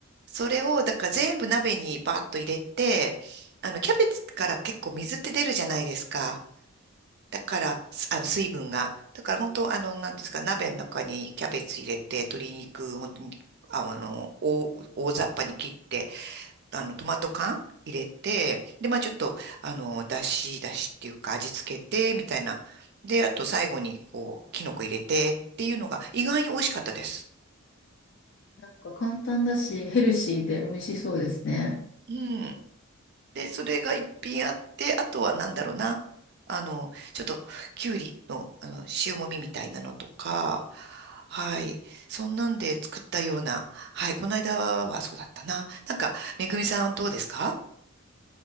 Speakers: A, on the right; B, on the left.
A: それを、だから全部鍋にバーッと入れて、あの、キャベツから結構水って出るじゃないですか。だから、すあの、水分が。だから本当、あの、なんていうんですか、鍋の中にキャベツ入れて、鶏肉、本当に、ああの、大、大雑把に切って、あの、トマト缶入れて、で、まあちょっと、あの、だし、だしっていうか味付けて、みたいな。で、あと最後に、こう、キノコ入れてっていうのが意外に美味しかったです。
B: う。なんか簡単だし、ヘルシーで美味しそうですね。
A: うん。で、それが一品あって、あとはなんだろうな。あの、ちょっと、きゅうりの、あの、塩もみみたいなのとか、はい。そんなんで作ったような、はい。この間はそうだったな。なんか、めぐみさんどうですか